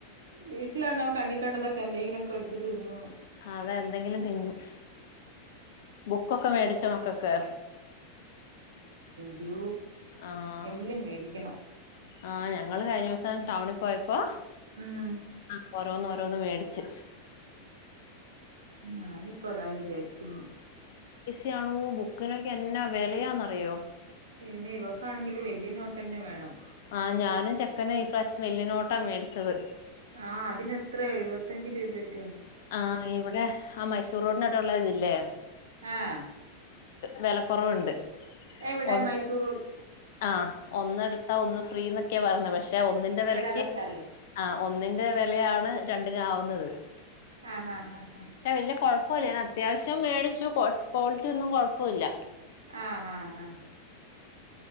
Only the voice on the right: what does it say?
വീട്ടിലാണോ കണ്ണിക്കണ്ടതൊക്കെ എന്തെങ്കിലുക്കെ എടുത്ത് തിന്നോ
ശോ
ജൂ
എല്ലം മേടിക്കണം
ഉം
ഞാനിപ്പതാ വിചാരി <inaudible>
എമേ ഇവക്കാണെങ്കില് വല്യനോട്ടെന്നെവേണം
ആഹ് അതിനെത്ര എഴുപത്തഞ്ച് രൂപ വരും
ആഹ്
എവിടെ
മൈസൂർ
ബടാ ബസാറില്
ആ ഹ ഹ
അ അ അ